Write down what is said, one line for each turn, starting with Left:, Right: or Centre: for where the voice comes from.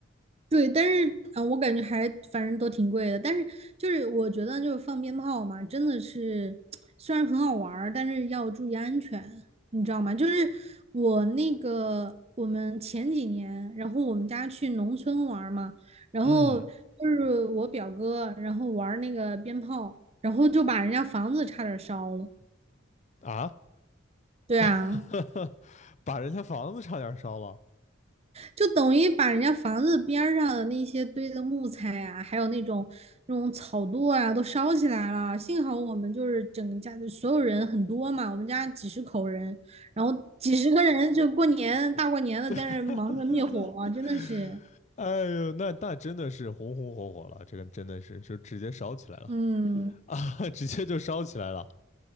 Right: 对，但是嗯、呃我感觉还反正都挺贵的。但是就是我觉得就是放鞭炮嘛，真的是虽然很好玩儿但是要注意安全，你知道吗？就是我那个我们前几年，然后我们家去农村玩儿嘛，然后就是我表哥，
Left: 嗯
Right: 然后玩儿那个鞭炮，然后就把人家房子差点儿烧了。
Left: 啊，
Right: 对啊。
Left: <laughs> 把人家房子差点烧了。
Right: 就等于把人家房子边儿上的那些堆的木材啊，还有那种那种草垛啊，都烧起来了。幸好我们就是整个家的所有人很多嘛，我们家几十口人，然后几十个人就过年大过年的在那儿忙着灭火啊，
Left: 对，<laughs>
Right: 真的是，
Left: 哎呦，那那真的是红红火火了，这个真的是就直接烧起来了，
Right: 嗯，
Left: <laughs> 直接就烧起来了。